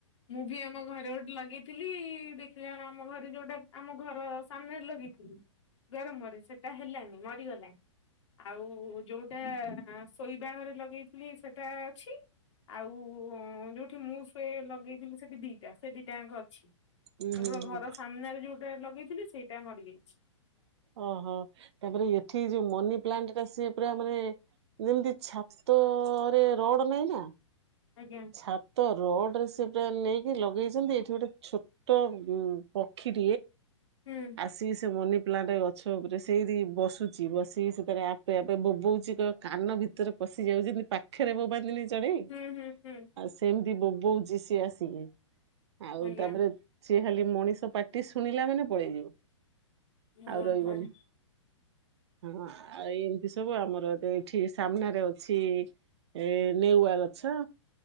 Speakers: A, on the left; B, on the right.
A: ମୁଁ ବି ଆମ ଘରେ ଗୋଟେ ଲଗେଇଥିଲି, ଦେଖିଲା ବେଳ ଆମ ଘରେ ଯୋଉଟା ଆମ ଘର ସାମ୍ନାରେ ଲଗେଇ ହୁଁ ଦ୍ୱାର ମୁଁହରେ ସେଟା ହେଲାନି ମରିଗଲା। ଆଉ ଯୋଉଟା ଶୋଇବା ଘରେ ଲଗେଇଥିଲି ସେଟା ଅଛି। ଆଉ ଯୋଉ ସେଠି ମୁଁ ସୁଏ ଲଗେଇଥିଲି ସେଠି ଦିଟା ସେ ଦିଟାଙ୍କ ଅଛି।
B: ହୁଁ
A: କେବଳ
B: ହୁଁ
A: ଘର
B: ହୁଁ।
A: ସାମ୍ନାରେ ଯୋଉ ଟା ଲଗେଇଥିଲି ସେଇଟା ମରିଯାଇଚି।
B: ଓହୋ ତାପରେ ଏଠି ଯୋଉ ମନି ପ୍ଲାଣ୍ଟ ଟା ସିଏ ପୁରା ମାନେ ଯେମିତି ଛାତରେ ରଡ ନାହିଁ ନା
A: ଆଜ୍ଞା
B: ଚ୍ଛା ତ ରଡ ରେ ସେପୁରା ନେଇକି ଲଗେଇଚନ୍ତି। ଏଇଠି ଗୋଟେ ଛୋଟ ଉ ପକ୍ଷୀ
A: ହୁଁ।
B: ଆସିିକି ସେ ମନି ପ୍ଲାଣ୍ଟ ଗଛ ଉପରେ ସେଇଠି ବସୁଚି। ବସିକି ସେତାରେ ଆପେ ଆପେ ବୋବଉଛି ଏକ କାନ ଭିତ ଭିତରେ ପଶିଯାଉଚି <unintelligible> ପାଖରେ ବୋବାନ୍ତିନି। ଚଢେଇ
A: ହୁଁ ହୁଁ ହୁଁ
B: ଆଉ ସେମିତି ବୋବୋଉଛି ସିଏ ଆସିକି, ଆଉ
A: ଆଜ୍ଞା
B: ତାପରେ ସିଏ ଖାଲି ମଣିଷ ପାଟି ଶୁଣିଲା ମାନେ ପଳେଇଯିବ,
A: ହଉ
B: ଆଉ ରହିବନି।
A: ହଉ
B: ହଁ ଆଉ ଏମିତି ସବୁ ଆମର ତ ଏଠି ସାମ୍ନାରେ ଅଛି। ଏ ନେଉଆ ଗଛ।